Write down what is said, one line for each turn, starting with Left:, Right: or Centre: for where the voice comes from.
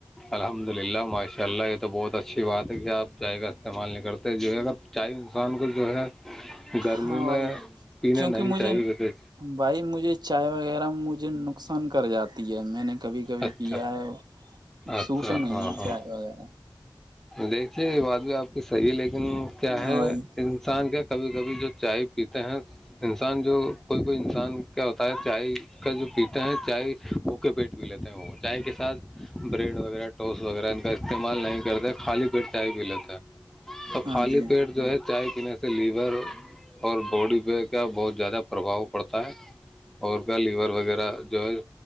Centre: الحمد للہ معاشی اللہ کا تو بھت اچھی بات ہے کہ آپ چائے کا استعمال نہیں کرتے جو ہے اگر چاہے انسان کو جو ہے گرمی
Right: ہاں
Centre: میں
Right: بھائی
Centre: پینا
Right: کیونکہ
Centre: نہیں
Right: مجھے
Centre: چاہیے ویسے
Right: بھائی مجھے چائے وغیرہ مجھے نک نقصان کر جاتی ہے میں نے کبھی کبھی
Centre: اچھا
Right: پیا ہے
Centre: اچھا
Right: سوٹ نہیں
Centre: ہاں
Right: ہے
Centre: ہاں
Right: چائے وغیرہ
Centre: دیکھیے بعد میں آپ کہ صحیح ہے لیکن کیا ہے
Right: ہاں بھائی
Centre: انسان کا کبھی کبھی جو چائے پیتے ہیں انسان جو کوئی کوئی انسان کا ہوتا ہے چائے کا جو پیتے ہیں چائے بھوکے پیٹ پی لیتے ہیں وہ چائے کے ساتھ بریڈ وغیرہ ٹوس وغیرہ ان کا اسعمال استعمال نہیں کرتے خالی پیٹ چائے پی لیتے ہے تو
Right: ہاں
Centre: خالی
Right: جی
Centre: پیٹ جو ہے چائے پینے سے لیور اور باڈی پہ کیا بہت زیادہ پربھاؤ پڑتا ہے اور کیا لیور وغیرہ جو ہے